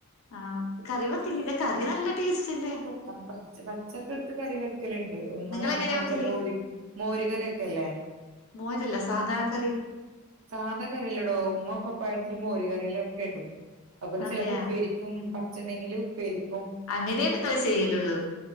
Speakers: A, on the left; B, on the right.
A: ആഹ് കറി വെക്കലില്ല കറി നല്ല ടേസ്റ്റല്ലേ.
B: ആഹ് പച്ച പച്ചക്ക്‌ ഇട്ത്ത് കറി വെക്കല്ണ്ട്. ഉമ്മ
A: നിങ്ങളെങ്ങനെയാ
B: ങ്ങനെ മറ്റേ
A: വെക്കല്
B: മോര് മോര് കറിയൊക്കെ ല്ലേ
A: മോരല്ല സാദാ കറി
B: സാധാ കറിയല്ലടോ ഉമ്മ പപ്പായ എടുത്തിട്ട് മോര് കറിയിലൊക്കെ ഇടും അതുപോലെ
A: അതെയാ
B: ചിലപ്പോ ഉപ്പേരിക്കും പച്ചണ്ടെങ്കില് ഉപ്പേരിക്കും
A: അങ്ങനേന്ന് ങ്ങള് ചെയ്യലുള്ളൂ.